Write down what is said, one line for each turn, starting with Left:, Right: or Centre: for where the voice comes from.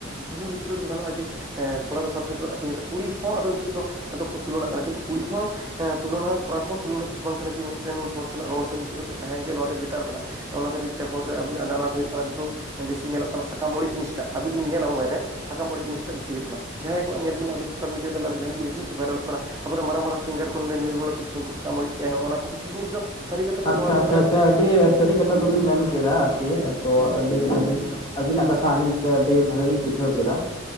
Right: ᱫᱩᱞᱟᱹᱲ ᱦᱤᱯᱟᱹᱲ ᱫᱚ ᱜᱟᱱᱚᱜᱼᱟ ᱡᱮ ᱦᱮᱸ ᱠᱚᱲᱟ ᱫᱚ ᱥᱟᱛ ᱜᱷᱟᱴᱚ ᱢᱮᱱᱟᱜ ᱠᱚᱣᱟ ᱠᱩᱲᱤ ᱦᱚᱸ ᱟᱫᱚ ᱱᱤᱛᱚᱜ ᱫᱚ ᱱᱤᱛ ᱠᱚ ᱛᱩᱞᱚᱱᱟ ᱠᱟᱱᱟ ᱠᱤᱱᱛᱩ ᱠᱩᱲᱤ ᱦᱚᱸ ᱦᱮᱸ ᱛᱩᱞᱚᱱᱟ ᱠᱚᱲᱟ ᱦᱚᱸ ᱛᱩᱞᱚᱱᱟᱪᱤᱛ ᱵᱟᱝ ᱠᱟᱱᱟ ᱡᱮ ᱢᱤᱫᱴᱮᱱ ᱦᱚᱲ ᱥᱟᱞᱟᱜ ᱨᱚᱲ ᱥᱮ ᱱᱤᱝᱠᱟᱹ ᱠᱟᱛᱮᱜ ᱛᱟᱦᱮᱸ ᱜᱮ ᱱᱚᱣᱟᱜᱮ ᱵᱮᱴᱟᱨ ᱠᱟᱱᱟ᱾ ᱚᱱᱟ ᱠᱷᱟᱹᱛᱤᱨ ᱛᱮ ᱯᱷᱚᱨ ᱨᱮ ᱟᱱᱟᱴ ᱦᱩᱭᱩᱜ ᱠᱟᱱᱟ ᱱᱤᱛᱚᱜ ᱵᱮᱥᱤ ᱧᱮᱞᱚᱜ ᱠᱟᱱᱟ ᱥᱟᱠᱟᱢ ᱚᱲᱮᱡ ᱡᱤᱱᱤᱥᱴᱟ ᱟᱹᱵᱤᱱ ᱵᱤᱱ ᱧᱮᱞᱟ ᱢᱳᱵᱟᱭᱤᱞᱨᱮ ᱥᱟᱠᱟᱢ ᱚᱲᱮᱡ ᱡᱤᱱᱤᱥ ᱴᱟ ᱵᱤᱥᱤ ᱦᱩᱭᱩᱜ ᱠᱟᱱᱟ, ᱡᱟᱦᱟᱸᱭ ᱠᱚᱣᱟᱜ ᱧᱮᱞᱤᱱ ᱟᱵ ᱥᱳᱥᱟᱞ ᱢᱤᱰᱤᱭᱟ ᱛᱟᱞᱮ ᱡᱟᱦᱟᱱᱟᱜ ᱡᱤᱱᱤᱥ ᱠᱤᱱᱛᱩ ᱵᱷᱟᱭᱨᱟᱞᱚᱜ ᱠᱟᱱᱟ᱾ ᱟᱵᱚᱨᱮᱱ ᱢᱟᱨᱟᱝ ᱢᱟᱨᱟᱝ ᱥᱤᱝᱜᱟᱨ ᱠᱚ ᱱᱤᱨᱢᱚᱞᱞᱟ ᱠᱤᱥᱠᱩ ᱥᱟᱠᱟᱢ ᱚᱲᱮᱡ ᱠᱮᱭᱟ ᱚᱱᱟ ᱠᱚ ᱠᱤᱷᱩ ᱡᱤᱱᱤᱥ ᱫᱚ ᱥᱟᱹᱨᱤ ᱠᱟᱛᱷᱟ ᱫᱚ
Left: ᱟᱪᱪᱷᱟ
Right: ᱱᱚᱣᱟ ᱫᱚ
Left: ᱟᱪᱪᱷᱟ
Right: ᱠᱟᱱᱟ
Left: ᱟᱪᱪᱷᱟ ᱟᱹᱰᱤ ᱥᱟᱹᱨᱤ ᱠᱟᱛᱷᱟ ᱠᱚᱵᱤᱱ ᱢᱮᱱ ᱠᱮᱫᱟ ᱟᱨᱠᱤ ᱛᱤᱦᱤᱧ
Right: ᱦᱩᱸ
Left: ᱟᱹᱞᱤᱧ ᱟᱹᱵᱤᱱᱟᱜ ᱠᱟᱛᱷᱟ ᱟᱸᱡᱚᱢ ᱛᱮ ᱟᱹᱰᱤ ᱵᱷᱟᱞᱤ ᱞᱤᱧ ᱵᱩᱡᱷᱟᱹᱣ ᱠᱮᱫᱟ᱾